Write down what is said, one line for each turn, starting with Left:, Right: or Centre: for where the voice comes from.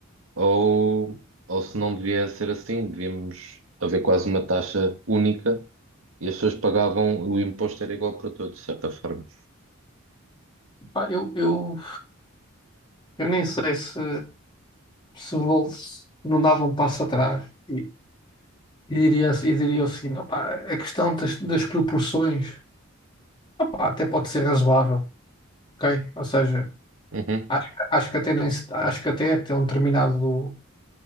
Right: ou, ou se não devia ser assim, devíamos haver quase uma taxa única e as pessoas pagavam, o imposto era igual para todos, de certa forma.
Left: Pá, eu, eu, eu nem sei se, se, vou- se não dava um passo atrás e, e diria, e diria o seguinte: opá, a questão das, das proporções opá, até pode ser razoável, ok? Ou seja,
Right: Uhum.
Left: acho, acho que até nem, se- acho que até até um determinado